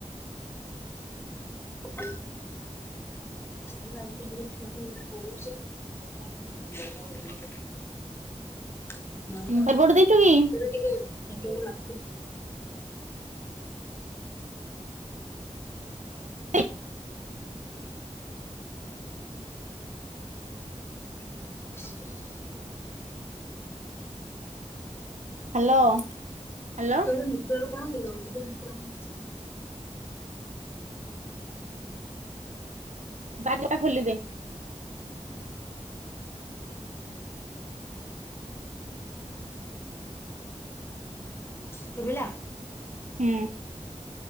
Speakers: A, on the left; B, on the right.
A: ଛ ହ ହୁଁ ତୋବେ ଟିକେ ନଟ
B: ବରବଡ ଦେଇଛୁ କି?
A: ଲାଗୁଛି।
B: ହଁ। ଏଇ
A: ଜ
B: ହ୍ୟାଲୋ। ହ୍ୟାଲୋ
A: ତେ ନୁର କଣ ଲଉ କି ନ?
B: ବାରିଟା ଖୋଲିଦେ।
A: ଶୁଭିଲା?
B: ହୁଁ।